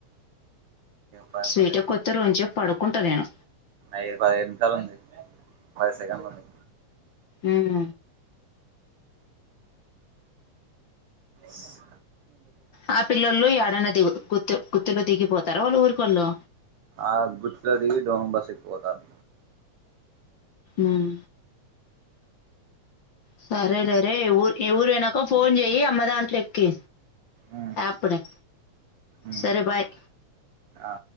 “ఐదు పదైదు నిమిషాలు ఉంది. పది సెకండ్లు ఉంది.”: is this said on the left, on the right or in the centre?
Right